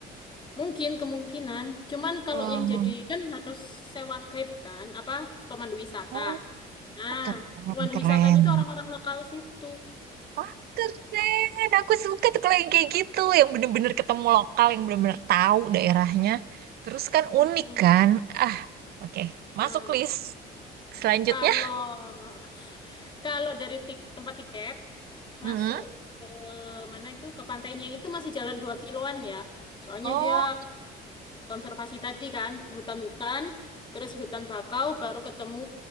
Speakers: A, on the left; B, on the right.
A: Mungkin kemungkinan. Cuman kalau
B: Oh,
A: yang jadi kan harus sewa guide kan, apa pemandu wisata.
B: oh,
A: Nah,
B: keren,
A: pemandu
B: keren.
A: wisatanya itu orang-orang lokal situ.
B: Wah, keren. Aku suka tuh kalau yang kayak gitu, yang bener-bener ketemu lokal, yang bener-bener tahu daerahnya. Terus kan
A: Mm-mm.
B: unik kan? Ah, oke.
A: Nah,
B: Masuk list selanjutnya.
A: kalau kalau dari tik- tempat tiket masuk
B: Mm-mm.
A: ke mana itu ke pantainya itu masih jalan dua kiloan ya. Soalnya
B: Oh,
A: dia konservasi tadi kan, hutan-hutan, terus hutan bakau baru ketemu